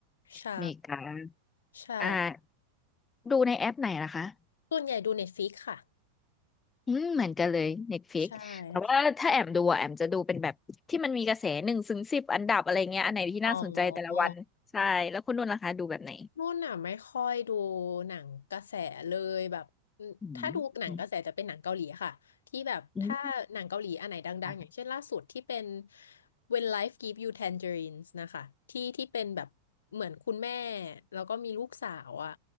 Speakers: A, on the left; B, on the left.
A: ใช่
B: อเมริกา
A: ใช่
B: อ่าดูในแอปไหนล่ะคะ
A: ส่วนใหญ่ดูเน็ตฟ i ิกค่ะ
B: อืมเหมือนกันเลย Netflix
A: ใช่
B: แต่ว่าถ้าแอมดูอะแอมจะดูเป็นแบบที่มันมีกระแสหนึ่งถึงสิบอันดับอะไรเงี้ยอันไหนที่น่าสนใจแต่ละวันใช่แล้วคุณนุ่นล่ะคะดูแบบไหน
A: ค่ะอ๋อนุ่นอ่ะไม่ค่อยดูหนังกระแสเลยแบบอืมถ้าดูหนังกระแสจะเป็นหนังเกาหลีค่ะที่แบบถ้าหนังเกาหลีอันไหนดังๆอย่างเช่นล่าสุดที่เป็น
B: อืมอืมอืมค่ะ
A: When Life Gives You Tangerines นะคะที่ที่เป็นแบบเหมือนคุณแม่แล้วก็มีลูกสาวอ่ะ